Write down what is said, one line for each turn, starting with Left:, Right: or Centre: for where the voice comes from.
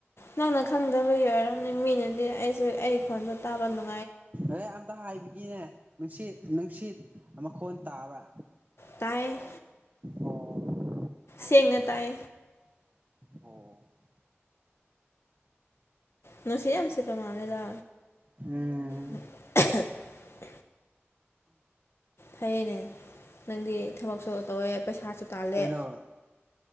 Left: ꯅꯪꯅ ꯈꯪꯗꯕꯒꯤ ꯑꯣꯏꯔꯝꯅꯤ ꯃꯤꯅꯗꯤ ꯑꯩꯁꯨꯦ ꯑꯩ ꯈꯣꯟꯗ ꯇꯥꯕꯅꯨꯡ
Right: ꯑꯦ ꯑꯝꯇ ꯍꯥꯏꯕꯤꯒꯤꯅꯦ ꯅꯨꯡꯁꯤꯠ ꯅꯨꯡꯁꯤꯠ ꯃꯈꯣꯟ ꯇꯥꯕ꯭ꯔꯥ
Left: ꯇꯥꯏ
Right: ꯑꯣ
Left: ꯁꯦꯡꯅ ꯇꯥꯏ
Right: ꯑꯣ
Left: ꯅꯨꯡꯁꯤ ꯌꯥꯝ ꯑꯃꯁꯁꯤꯄ ꯃꯥꯅꯦꯦꯗ
Right: ꯎꯝ
Left: <inaudible> <unintelligible> ꯐꯩꯌꯦꯅꯦ ꯅꯪꯗꯤ ꯊꯕꯛꯁꯨ ꯇꯧꯋꯦ ꯄꯩꯁꯥꯁꯨ ꯇꯥꯜꯂꯦ
Right: ꯀꯩꯅꯣ